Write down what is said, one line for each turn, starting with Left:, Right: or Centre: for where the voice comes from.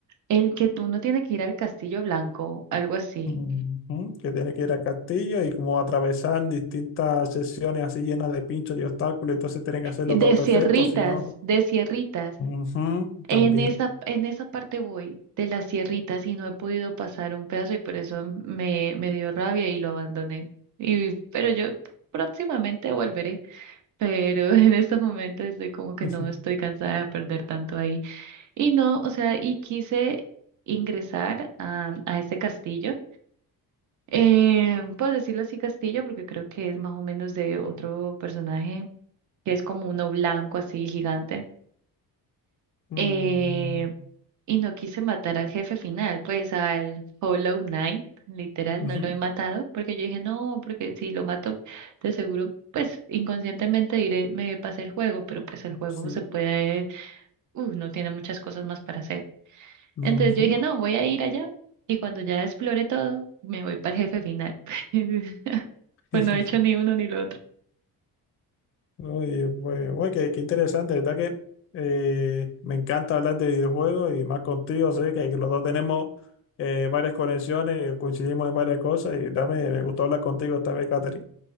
Right: El que tú no tienes que ir al Castillo Blanco, algo así.
Left: Ujú, Que tiene que ir al castillo y como atravesar distintas sesiones así llenas de pinchos y obstáculos, entonces tienen que hacerlo
Right: De
Left: todo perfecto,
Right: Sierritas,
Left: si no,
Right: de Sierritas.
Left: ujú,
Right: En
Left: también.
Right: esa, en esa parte voy de las sierritas y no he podido pasar un pedazo y por eso me, me dio rabia y lo abandoné. Y, pero yo próximamente volveré, pero <laughs> en estos momentos estoy como que
Left: <laughs>
Right: no estoy cansada de perder tanto ahí. Y no, o sea, y quise ingresar a, a ese castillo. Eh, por decirlo así, castillo, porque creo que es más o menos de otro personaje que es como uno blanco así gigante.
Left: Mm,
Right: Eh, Y no quise matar al jefe final, pues al Hollow Knight, literal,
Left: ujú,
Right: no lo he matado, porque yo dije, no, porque si lo mato, de seguro, pues inconscientemente diré, me pasé el juego, pero pues el juego
Left: sí.
Right: se puede, uh, no tiene muchas cosas más para hacer.
Left: ujú.
Right: Entonces yo dije, no, voy a ir allá, y cuando ya explore todo, me voy para el jefe final. <laughs> Pues
Left: <laughs>
Right: no he hecho ni uno ni lo otro.
Left: Oye, pues, oye, qué, qué interesante, ¿verdad? Que eh, me encanta hablar de videojuegos y más contigo, sé que los dos tenemos eh, varias conexiones, coincidimos en varias cosas y también me gustó hablar contigo esta vez, Catherine.